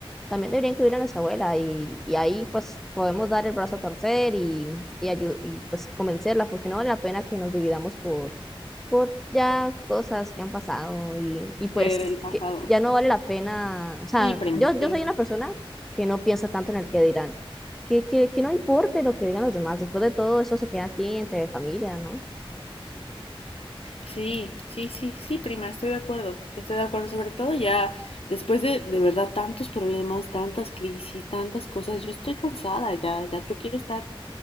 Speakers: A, in the centre; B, on the left.
A: también debería incluir a nuestra abuela y, y ahí pues podemos dar el brazo a torcer y, y, ayu- y pues convencerla, porque no vale la pena que nos dividamos por, por ya cosas que han pasado y, y pues
B: de- del pasado.
A: que ya no vale la pena, o sea,
B: Sí, prima,
A: yo,
B: sí.
A: yo soy una persona que no piensa tanto en el que dirán que, que, que no importe lo que digan los demás, después de todo eso se queda aquí entre familia, ¿no?
B: Sí, sí, sí, sí, prima, estoy de acuerdo. Estoy de acuerdo. Sobre todo ya después de, de verdad, tantos problemas, tantas crisis, tantas cosas. Yo estoy cansada ya. Ya yo quiero estar